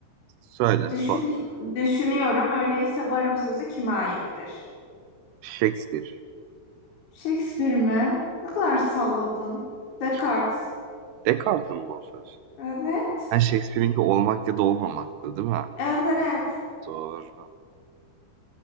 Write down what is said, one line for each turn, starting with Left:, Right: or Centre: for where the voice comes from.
Right: söyle
Left: düşün,
Right: son.
Left: düşünüyorum öyleyse varım sözü kime aittir?
Right: Shakespeare.
Left: Shakespeare mi? Ne kadar salladın. Descartes.
Right: Kim? Descartes'in mi o söz?
Left: Evet.
Right: Ha Shakespeare'inki olmak ya da olmamaktı değil mi?
Left: Evet.
Right: Doğru.